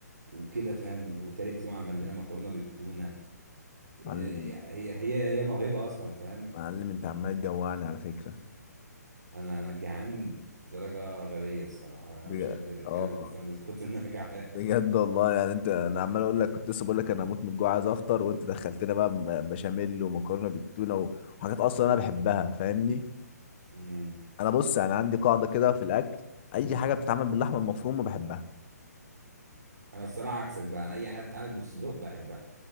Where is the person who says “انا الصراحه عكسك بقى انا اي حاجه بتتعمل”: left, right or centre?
Right